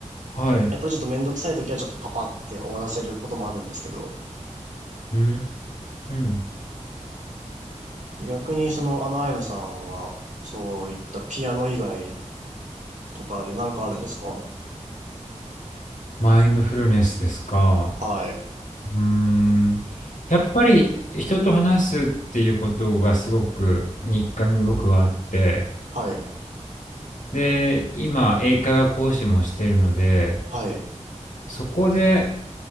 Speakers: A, on the left; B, on the right.
A: はい。
B: やっぱりちょっとめんどくさい時はちょっとパパって終わらせることもあるんですけど、
A: うーん。
B: 逆にそのあのアイムさんはそういったピアノ以外とかで何かあるんですか
A: マインドフルネスですか。
B: はい。
A: うーん。やっぱり人と話すっていうことがすごく日課に僕はあって、
B: はい。
A: で、今、英会話講師もしてるので、
B: はい。
A: そこで